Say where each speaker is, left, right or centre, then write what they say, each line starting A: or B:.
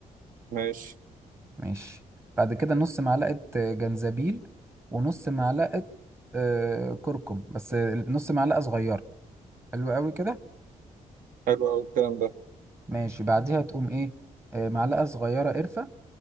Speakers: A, on the right; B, on the right.
A: ماشي
B: ماشي بعد كده نص معلقة آه، جنزبيل ونص معلقة آه، كركم بس آه، نص معلقة صغيرة حلو قوي كده
A: حلو قوي الكلام ده
B: ماشي بعديها تقوم ايه آه، معلقة صغيرة قرفة